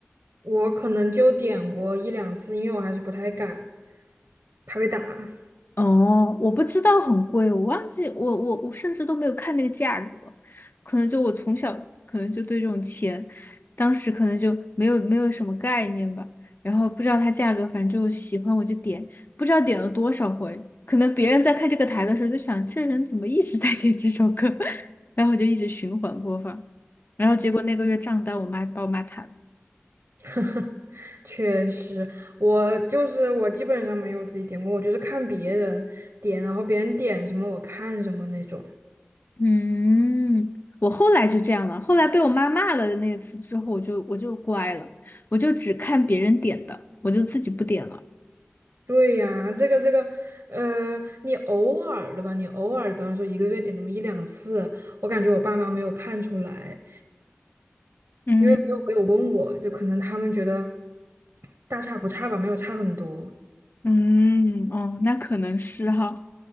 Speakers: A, on the right; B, on the left.
A: 我可能就点过一两次，因为我还是不太敢，怕被打。
B: 哦，我不知道很贵，我忘记我我我甚至都没有看那个价格，可能就我从小可能就对这种钱，当时可能就没有没有什么概念吧，然后不知道它价格，反正就喜欢我就点，不知道点了多少回，可能别人在看这个台的时候就想这人怎么一直在点这首歌，<laughs> 然后我就一直循环播放，然后结果那个月账单我妈把我骂惨了。
A: <laughs> 确实，我就是我基本上没有自己点过，我就是看别人点，然后别人点什么我看什么那种。
B: 嗯，我后来就这样了。后来被我妈骂了那次之后，我就我就乖了，我就只看别人点的，我就自己不点了。
A: 对呀，这个这个，呃，你偶尔的吧，你偶尔，比方说一个月点那么一两次，我感觉我爸妈没有看出来，
B: 嗯
A: 因为没有没有问我，就可能他们觉得大差不差吧，没有差很多。
B: 嗯，哦，那可能是哈。